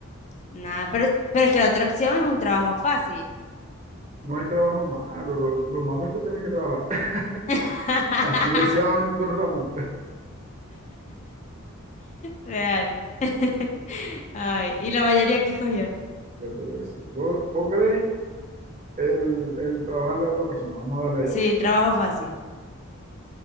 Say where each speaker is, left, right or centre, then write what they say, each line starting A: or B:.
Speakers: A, on the left (about 30°); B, on the right (about 30°).
A: Nada, pero, pero es que la otra opción es un trabajo fácil.
B: No hay trabajo malo, lo, lo malo es que tenés que trabajar.
A: <laughs>
B: <laughs> Así decía don, don Ramón.
A: Real. <laughs> Ay, ¿y la mayoría que escogió?
B: Ya te voy a decir. ¿Vos, vos queréis el, el trabajarle a otra persona? Vamos a darle ahí
A: Sí,
B: a ver.
A: trabajo fácil.